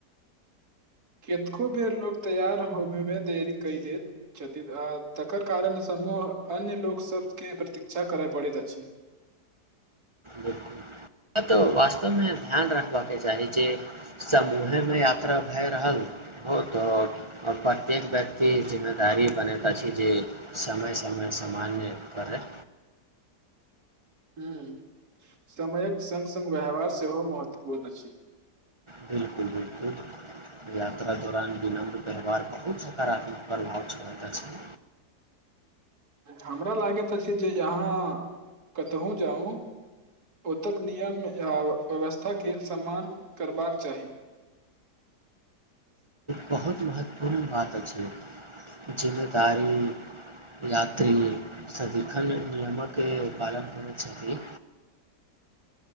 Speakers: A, on the right (about 60°); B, on the right (about 40°).
A: केतको बेर लोक तैयार होबयमे देरी कय दैत छथि आ तकर कारण समूह अन्य लोकसभकें प्रतीक्षा करय पड़ैत अछि
B: बिलकुल ई बात वास्तवमे ध्यान रखबाकके चाही जे समूहेमे यात्रा भए रहल हो त' प्रत्येक व्यक्ति जिम्मेदारी बनेैत अछि जे समय समय सामान्य करय
A: हुं समयक सङ्ग सङ्ग व्यहवहार सेहो महत्वपूर्ण अछि
B: बिलकुल बिलकुल यात्रा दौरान विनम्र व्यवहार बहुत सकारात्मक प्रभाव छोड़त अछि
A: हमरा लागैत अछि जे अहाँ कतहुँ जाउ ओतय नियम या व्यवस्थाके सम्मान करबाक चाही
B: बहुत महत्वपूर्ण बात अछि जिम्मेदारी यात्री सदिखन नियमक पालन करैत छथि